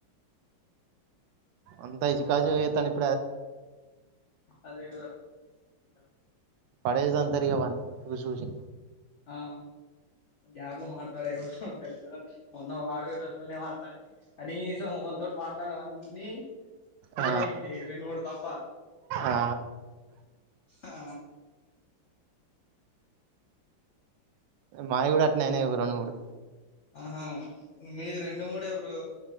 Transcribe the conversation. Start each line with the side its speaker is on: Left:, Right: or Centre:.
Right: అంతా ఇజి కాజు ఐతాన్నయ్
Left: అదే కదా చిక
Right: పడేది తంతరిగా వాన్ని చూసి చూసి
Left: ఆ గాల్లో మాట్లాడేది కలిన్న మొన్న వాడుగిన అట్లనే మాట్లాడి అనీసం వంతోటి మాట్లాడవన్నీ ఫీర
Right: ఆ
Left: అయింటి రెండు మూడు తప్ప,
Right: ఆ
Left: ఆ
Right: మాయి గుడ అట్నే అయినయి ఒక రెండు మూడు
Left: ఆహా మీరు రెండు మూడే బ్రో,